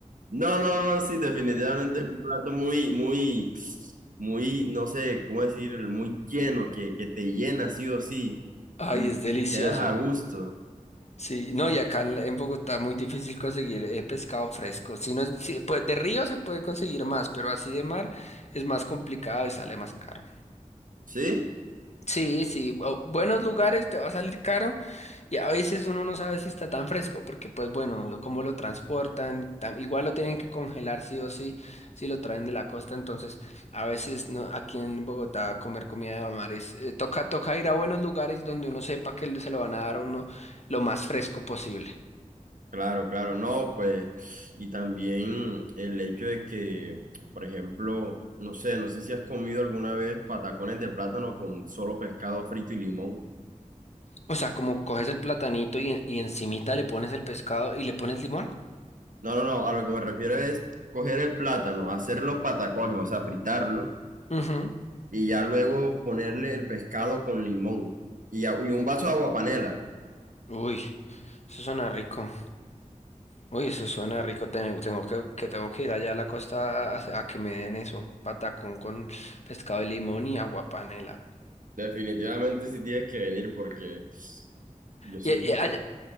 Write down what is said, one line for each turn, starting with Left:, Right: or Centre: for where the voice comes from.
Right: No, no, sí, definitivamente es un plato muy, muy, muy, no sé, cómo decir, muy lleno, que, que te llena sí o sí
Left: ay,
Right: y
Left: es delicioso.
Right: te quedas a gusto,
Left: Sí, no, y acá en, en Bogotá muy difícil conseguir eh, pescado fresco. Si no es, si- pues de río se puede conseguir más, pero así de mar es más complicado y sale más caro.
Right: ¿sí?
Left: Sí, sí, bu- buenos lugares te va a salir caro y a veces uno no sabe si está tan fresco porque pues bueno, lo- cómo lo transportan, tam- igual lo tienen que congelar sí o sí, si lo traen de la costa, entonces a veces no, aquí en Bogotá comer comida de mar es, eh, toca, toca ir a buenos lugares donde uno sepa que se lo van a dar a uno lo más fresco posible.
Right: Claro, claro, no, pues, y también el hecho de que, por ejemplo, no sé, no sé si has comido alguna vez patacones de plátano con solo pescado frito y limón.
Left: O sea, como coges el platanito y, y encimita le pones el pescado y le pones limón.
Right: No, no, no, a lo que me refiero es coger el plátano, hacer los patacones, o sea, fritarlo
Left: Ujú.
Right: y ya luego ponerle el pescado con limón y, a- y un vaso de aguapanela.
Left: Uy, eso suena rico. Uy, eso suena rico. Tengo, tengo que, que tengo que ir allá a la costa a, a que me den eso. Patacón con pescado de limón y agua panela.
Right: Definitivamente sí tienes que venir porque yo siento
Left: Y, y
Right: que
Left: allá-